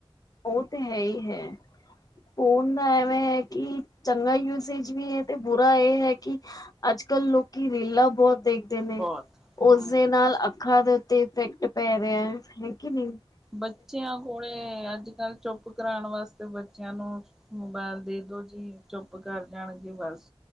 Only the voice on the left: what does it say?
ਉਹ ਤੇ ਹੈ ਹੀ ਹੈ ਫੋਣ ਐਵੇਂ ਕਿ ਚੰਗਾ ਯੂਜੇਜ ਵੀ ਹੈ ਤੇ ਬੁਰਾ ਇਹ ਹੈ ਕਿ ਅੱਜ ਕੱਲ ਲੋਕੀ ਰਿਲਾਂ ਬਹੁਤ ਦੇਖਦੇ ਨੇ
ਉਸਦੇ ਨਾਲ ਅੱਖਾਂ ਦੇ ਉੱਤੇ ਇਫੈਕਟ ਪੈ ਰਿਹਾ ਹੈਗੀ ਨਹੀਂੀ